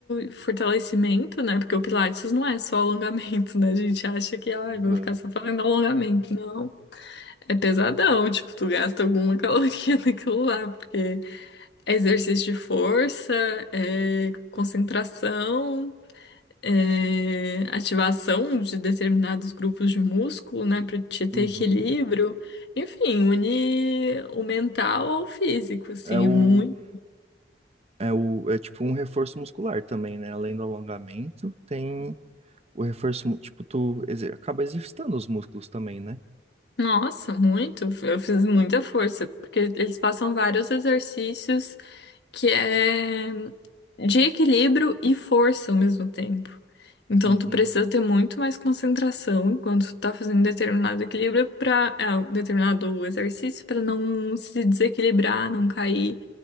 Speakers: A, on the left (about 65°); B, on the right (about 35°).
A: fortalecimento, né? Porque o pilates não é só alongamento, né? A gente acha que, ah,
B: Uhum.
A: eu vou ficar só fazendo alongamento. Não. É pesadão, tipo, tu gasta alguma caloria <laughs> naquilo lá, porque é exercício de força, é concentração é, ativação de determinados grupos de músculo, né, para te ter
B: Uhum.
A: equilíbrio. Enfim, une o mental ao físico, assim,
B: É o,
A: é muito.
B: é o, é tipo um reforço muscular também, né? Além do alongamento, tem o reforço, mu- tipo, tu exer- acaba exercitando os músculos também, né?
A: Nossa, muito. Eu fiz muita força, porque eles passam vários exercícios que é de equilíbrio e força ao mesmo tempo. Então,
B: Uhum.
A: tu precisa ter muito mais concentração enquanto tu tá fazendo determinado equilíbrio para determinado exercício para não se desequilibrar, não cair.